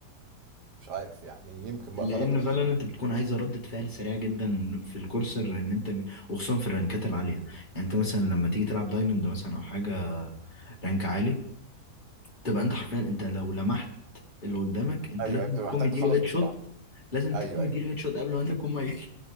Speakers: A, on the right; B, on the left.
A: مش عارف يعني يمكن بقى
B: لان
A: خلاص
B: فالورنت بتكون عايزه ردة فعل سريعه جدا في الكورسر ان انت وخصوصا في الرانكات العاليه يعني انت مثلا لما تيجي تلعب دايموند مثلا او حاجه رانك عالي تبقى انت حرفيا انت لو لمحت اللي قدامك انت
A: ايوه
B: لازم
A: بتبقى
B: تكون
A: محتاج
B: مديله
A: تخلص
B: هيد
A: بسرعه
B: شوت لازم
A: ايوه
B: تكون مديله
A: ايوه
B: هيد شوت قبل ما انت تكون ميت